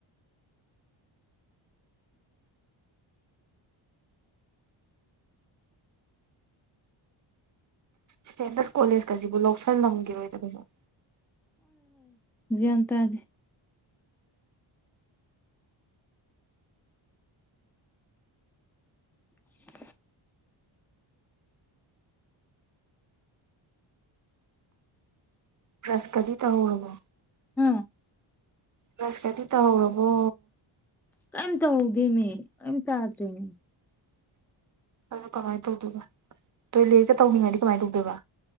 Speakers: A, on the right; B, in the centre.
A: ꯏꯁꯇꯦꯟꯗꯔꯠ ꯀꯣꯂꯦꯖꯀꯁꯤꯕꯨ ꯂꯧꯁꯜꯂꯝꯈꯤꯔꯣꯏꯗ ꯀꯩꯁꯨ
B: ꯑ ꯭ꯟ ꯇꯗꯤ ꯁꯥꯔꯠ꯭ <inaudible>
A: ꯐ꯭ꯔꯁꯀꯔꯤ ꯇꯧꯔꯕꯕꯣ
B: ꯑ
A: ꯁ ꯀꯗꯤ ꯇꯧꯕꯣ
B: ꯀꯩꯝ ꯇꯧꯍꯧꯗꯦ ꯃꯤ ꯀꯩꯝ ꯇꯥꯗ꯭ꯔꯦꯅꯦ
A: ꯑꯗꯣ ꯀꯃꯥꯏꯅ ꯇꯧꯗꯣꯏꯕ ꯇꯣꯏꯂꯦꯠꯀ ꯇꯧꯅꯤꯡꯉꯥꯏꯗꯤ ꯀꯃꯥꯏꯅ ꯇꯧꯗꯣꯏꯕꯥ